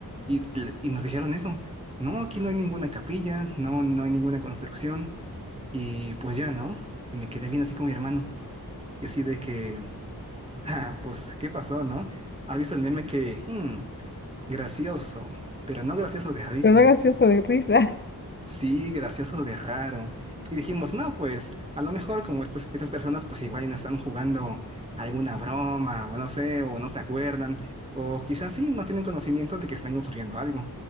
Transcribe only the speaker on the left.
pero no gracioso de risa.